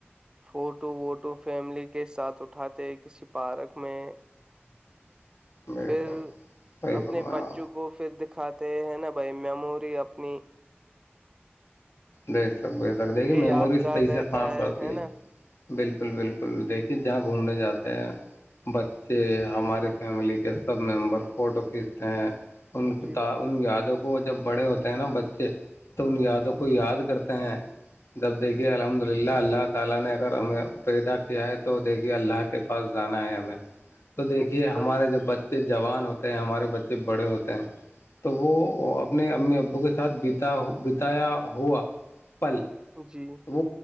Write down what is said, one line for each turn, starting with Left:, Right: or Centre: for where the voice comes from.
Right: فوٹو ووٹو فیملی کے ساتھ اٹھاتے کسی پارک میں
Left: <inaudible> بے
Right: پھر
Left: شک صحیح
Right: اپنے
Left: فرمایا
Right: بچوں کو وہ پھر دکھاتے ہیں نا بھائی میموری اپنی
Left: دیکھ سک سک دیکھیے
Right: یہ
Left: میموری
Right: یادگار
Left: صحیح
Right: رہتا
Left: سے کام کرتی ہے
Right: نا
Left: بالکل بالکل دیکھیے جہاں گھومنے جاتے
Right: جی
Left: ہیں بچے ہمارے فیملی کے سب ممبر فوٹو کھینچتے ہیں
Right: جی بھائی
Left: یادوں کو وہ جب بڑے ہوتے ہیں نا بچے تو ان یادوں کو یاد
Right: جی
Left: کرتے ہیں دیکھیں الحمدللہ اللہ تعالی نے اگر ہمیں پیدا کیا ہے تو دیکھیے اللہ کے پاس جانا ہے ہمیں تو دیکھیے
Right: جی
Left: ہمارے
Right: بھائی
Left: جوب بچے بچے جوان ہوتے ہیں ہمارے بچے بڑے ہوتے ہیں تو وہ اپنے امی ابو کے ساتھتا بتایا ہوا پل
Right: جی
Left: تو